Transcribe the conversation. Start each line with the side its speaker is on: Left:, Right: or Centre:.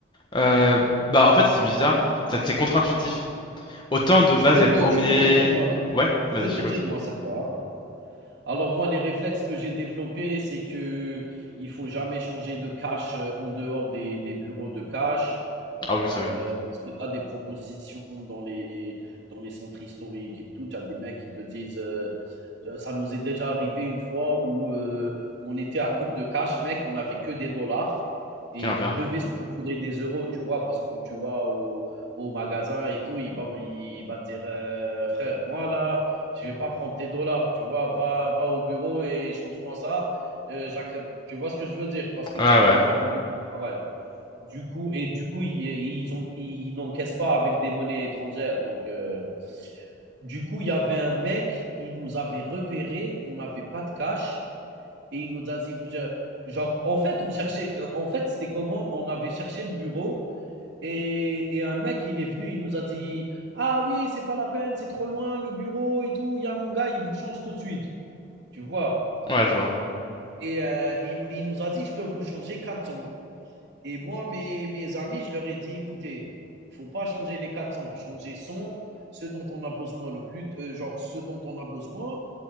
Left: Euh, bah, en fait, c'est bizarre, Ça- c'est contre-intuitif. Autant de
Right: Je
Left: base,
Right: peux
Left: les
Right: te,
Left: premiers.
Right: je peux te dire, moi,
Left: Ouais,
Right: je
Left: vas-y,
Right: peux
Left: je
Right: te
Left: t'écoute.
Right: dire, moi, c'est quoi? Alors moi, les réflexes que j'ai développés, c'est que il faut jamais changer de cash euh, en dehors des, des bureaux de cash,
Left: Ah
Right: euh,
Left: oui, ça oui,
Right: parce que tu as des propositions dans les, dans les centres historiques et tout. Tu as des mecs qui te disent, euh, ça nous est déjà arrivé une fois où euh, on était à court de cash, mec, on n'avait que des dollars et
Left: quel
Right: on
Left: enfer.
Right: devait se procurer des euros, tu vois, parce que quand tu vas au, au magasin et tout, il va, il va te dire, euh, frère, moi là, je vais pas prendre tes dollars, tu vois, va, va au bureau et change-moi ça. Euh, tu vois ce que je veux dire Parce que
Left: Ouais,
Right: tu vas
Left: ouais.
Right: lui faire un double travail. Du coup, et du coup, ils, ils ont, ils n'encaissent pas avec des monnaies étrangères. Donc, euh, du coup, il y avait un mec, il nous avait repéré qu'on n'avait pas de cash et il nous a dit, vous, genre, en fait, on cherchait, en fait, c'était comment On avait cherché le bureau et, et un mec, il est venu, il nous a dit Ah oui, c'est pas la peine, c'est trop loin, le bureau et tout. Il y a mon gars, il vous change tout de suite. Tu vois
Left: Ouais, je vois.
Right: Et euh, il, il nous a dit Je peux vous changer 400. Et moi, mes, mes amis, je leur ai dit Écoutez, il ne faut pas changer les 400, changer 100, ce dont on a besoin le plus, euh, genre ce dont on a besoin.